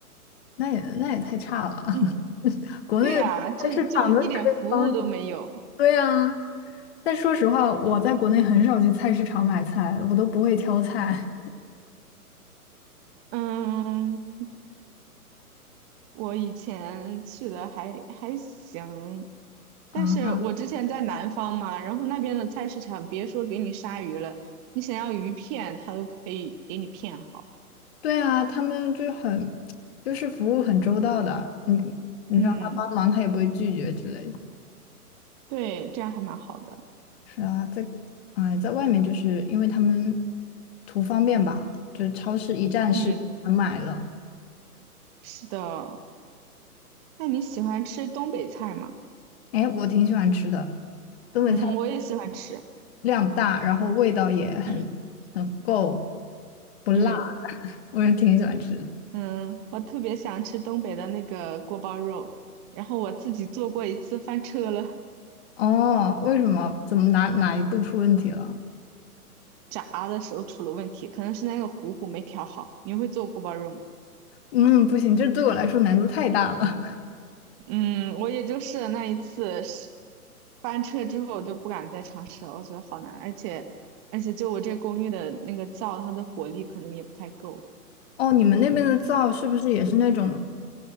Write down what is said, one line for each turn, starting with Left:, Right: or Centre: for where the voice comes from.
Left: 那也那也太差了，<laughs>
Right: 嗯，
Left: 国内的菜市场都可以帮你。
Right: 对呀，这就一点服务都没有。
Left: 对呀，但说实话，我在国内很少去菜市场买菜，我都不会挑菜。
Right: 嗯，我以前去的还还行，
Left: 啊，
Right: 但是我之前在南方嘛，然后那边的菜市场，别说给你杀鱼了，你想要鱼片，它都可以给你片好。
Left: 对啊，他们就很，就是服务很周到的，你你让他帮忙，
Right: 嗯，
Left: 他也不会拒绝之类的。
Right: 对，这样还蛮好的。
Left: 是啊，在啊、哎在外面就是因为他们图方便吧，就是超市一站式全买了。
Right: 嗯，是的。那你喜欢吃东北菜吗？
Left: 哎，我挺喜欢吃的，东北菜
Right: 嗯，我也喜欢吃。
Left: 量大，然后味道也很很够，
Right: 嗯
Left: 不辣，
Right: 嗯
Left: <laughs> 我也挺喜欢吃的。
Right: 嗯，我特别想吃东北的那个锅包肉，然后我自己做过一次，翻车了。
Left: 哦，为什么？怎么哪哪一步出问题了？
Right: 炸的时候出了问题，可能是那个糊糊没调好。你会做锅包肉吗？
Left: 嗯，不行，这对我来说难度太大了。
Right: 嗯，我也就试了那一次，是翻车之后我就不敢再尝试了，我觉得好难，而且而且就我这公寓的那个灶，它的火力可能也不太够。
Left: <laughs> 哦，你们那边的灶是不是也是那种